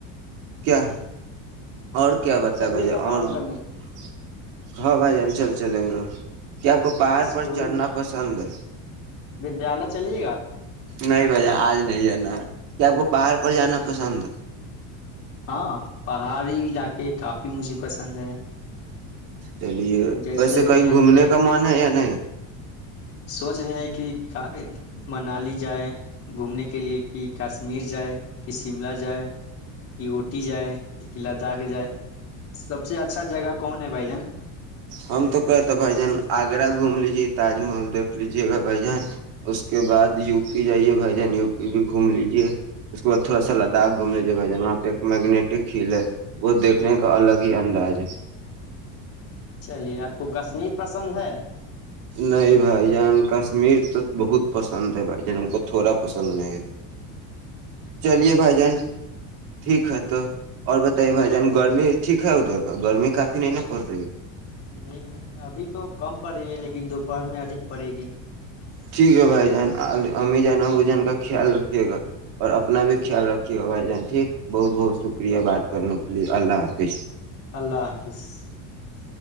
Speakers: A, on the right (about 65°); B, on the left (about 40°).
A: کیا <unintelligible> اور کیا بتا
B: چلیے
A: بھجا
B: گا پڑھائی
A: اور <unintelligible>
B: کرنے
A: ہاں بھائی جان چلتے <unintelligible> چلیں گے کیا آپ کو پہاڑ
B: اسکول
A: پر چڑھنا پسند ہے <unintelligible>
B: ودیالیہ چلیے گا
A: نہیں بائیا آج نہیں جانا کیا آپ کو پہاڑ پر جانا پسند
B: ہاں پہاڑی علاقے کافی مجھے پسند ہے
A: چلیے
B: جیسے
A: ویسے
B: میں
A: کہیں گھومنے
B: اے،
A: کا من ہے یا نہیں
B: سوچ رہے ہیں کہ منالی جائے گھومنے کے لیے کہ کاشمیر جائے کہ شملہ جائے کہ اٹی جائے کہ لداخ جائے سب سے اچھا جگہ کون ہے بھائی جان <unintelligible> ہ <inaudible>
A: ہم تو کہتے بھائی جان آگرہ گھوم لیجے تاج محل دیکھ لیجیے گا بھائی جان اس کے بعد یو پی جائیے بھائی جان یو پی بھی گھوم لیجے اس کے بعد تھوڑا سا لداخ گھوم لیجیے بھائی جان وہاں پہ ایک میگنیٹک ہل ہے وہ دیکھنے کا الگ ہی انداز ہے
B: چلیے آپ کو کشمیر پسند ہے <inaudible>
A: نہیں بھائی جان کشمیر تو بہت پسند ہے بھائی جان ہم کو تھوڑا پسند نہیں ہے چلیے بھائی جان <unintelligible> ٹھیک ہے تو اور بتائیے بھائی جان گرمی ٹھیک ہے ادھر کا گرمی کافی نہیں ن پڑ رہی ہے
B: نہیں بھائی ابھی تو کم پڑ رہی ہے لیکن دوپہر میں ادھک پڑے گی <unintelligible>
A: ٹھیک ہے بھائی جان امی جان ابو جان کا خیال رکھیے گا اور اپنا بھی خیال رکھیے گا بھائی جان ٹھیک بہت بہت شکریہ بات کرنے کے لیے اللہ حافظ
B: اللہ حافظ <unintelligible>